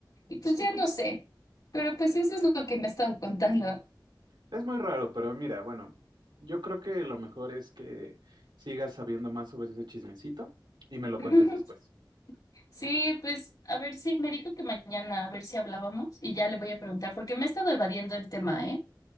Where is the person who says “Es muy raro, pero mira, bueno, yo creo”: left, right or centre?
Right